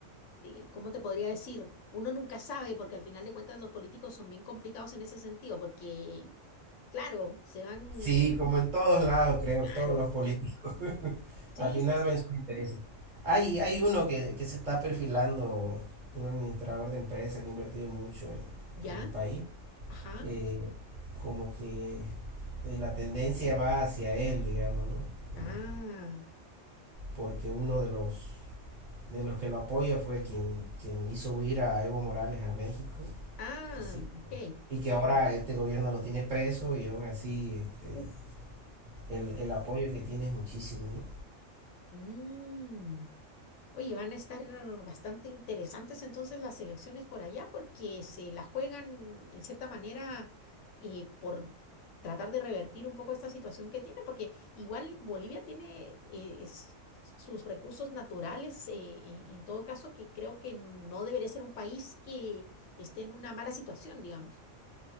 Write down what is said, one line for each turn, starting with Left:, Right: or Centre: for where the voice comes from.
Left: eh, ¿cómo te podría decir? Uno nunca sabe, porque al final de cuentas los políticos son bien complicados en ese sentido, porque, claro, se van,
Right: sí, como en todos lados, creo,
Left: claro,
Right: todos los políticos.
Left: sí,
Right: Al final
Left: sí, sí,
Right: ven sus intereses. Hay, hay uno que, que se está perfilando, un administrador de empresa que ha invertido mucho en,
Left: ya,
Right: en el país.
Left: ajá,
Right: eh, como que eh, la tendencia va hacia él, digamos, ¿no? Por-
Left: ah,
Right: Porque uno de los de los que lo apoya fue quien, quien hizo huir a Evo Morales a México.
Left: ah,
Right: Así.
Left: ok,
Right: Y que ahora este gobierno lo tiene preso y aún así este,
Left: uf,
Right: el, el apoyo que tiene es muchísimo, ¿no?
Left: mm. Oye, van a estar bastante interesantes entonces las elecciones por allá porque se la juegan en cierta manera eh, por tratar de revertir un poco esta situación que tiene, porque igual Bolivia tiene eh, es- sus recursos naturales, eh, e- en todo caso, que creo que no debería ser un país que esté en una mala situación, digamos.